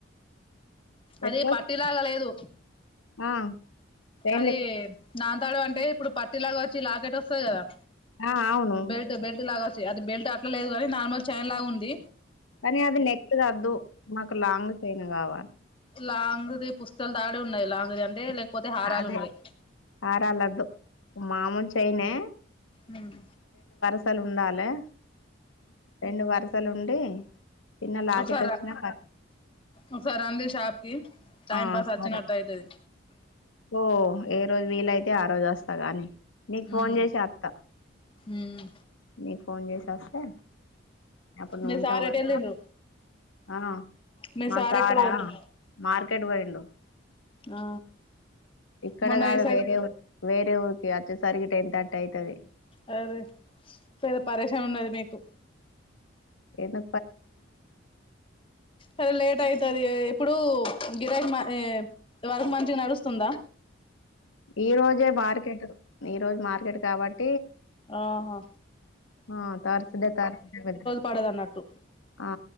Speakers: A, on the left; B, on the left.
A: పెట్టుకోవచ్చు
B: అది పట్టిలాగ లేదు.
A: ఆ చైన్
B: అది
A: లెక్క
B: నాంతాడు అంటే ఇప్పుడు పట్టి లాగా వచ్చి లాకెట్ వస్తది కదా.
A: ఆ అవును
B: బెల్ట్ బెల్ట్ లాగా అది బెల్ట్ అట్లా లేదు కాని నార్మల్ చైన్ లాగా ఉంది.
A: కానీ అది నెక్ కద్దు మాకు లాంగ్ చైన్ కావాలి.
B: లాంగ్ది పుస్తలు తాడు ఉన్నాయి లాంగ్ది అంటే. పోతే హారాలు
A: అదే
B: ఉన్నాయి.
A: హారాలొద్దు మామూలు చైనే
B: హుమ్
A: పల్లు ఉండాలె రెండు వరుసలుండి చిన్న లాకెట్
B: ఒకసారి
A: వచ్చినా
B: రా ఒకసారి రండి షాప్ కి టైం
A: ఆ
B: పాస్
A: సరే
B: వచ్చినట్టు అయితది.
A: ఓ ఏ రోజు వీలయితే ఆ రోజు వస్తా గాని నీకు ఫోన్
B: ఉమ్
A: చేసి అత్త
B: ఉమ్
A: నీకు ఫోన్ చేసి వస్తే అప్పుడు నువ్వు
B: మీ
A: ఉంటావు
B: సార్
A: కదా
B: ఎటెళ్ళిండ్రు.
A: ఆ
B: మీ
A: మా
B: సార్
A: సారా
B: ఎక్కడ పోయిండు.
A: మార్కెట్ పోయిండు
B: ఆ
A: ఇక్కడ
B: మొన్న
A: కాదు
B: ఈ సైడ్
A: వేరే ఊరు వేరే ఊరికి అచ్చేసరికి టెన్ థర్టీ అయితది.
B: సరే పెద్ద పరేషన్ ఉన్నది మీకు
A: ఏదో
B: అది లేేట్ అయితది. ఇప్పుడు గిరాకి వర్కు మంచిగా నడుస్తుందా.
A: ఈ రోజే మార్కెట్ ఈ రోజు మార్కెట్ కాబట్టి
B: ఆహ
A: ఆ తార్సడే తార్సడే
B: పడదు అన్నట్టు
A: ఆ